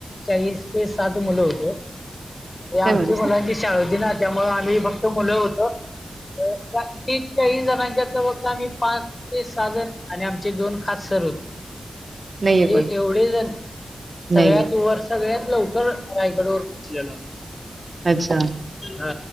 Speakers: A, on the left; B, on the right.
A: चाळीस ते सात मुलं होते म्हणजे
B: काय
A: आमची
B: म्हणायच
A: मुलांची शाळेची ना त्यामुळे आम्ही फक्त मुलं होतो. तीस चाळीस जणां च्यातलं फक्त आम्ही पाच ते सहा जण आणि आमचे दोन खास सर होते
B: नाहीये
A: हे
B: पण.
A: एवढे जण सगळ्यात
B: नाहीये
A: वर सगळ्यात लवकर रायगड वर पोहोचलेलो.
B: अच्छा
A: ह